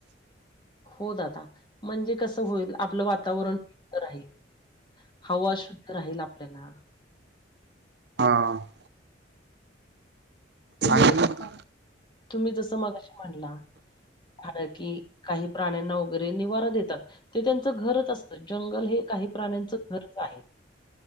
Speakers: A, on the left; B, on the right.
A: हो दादा म्हणजे कसं होईल आपलं वातावरण. राहील हवा शुद्ध राहील आपल्याला.
B: हा,
A: तुम्ही
B: आणि
A: जसं
B: मग,
A: तुम्ही जसं मगाशी म्हणला की काही प्राण्यांना वगैरे निवारा देतात. ते त्यांचं घरच असतं जंगल हे काही प्राण्यांचं घरच आहे.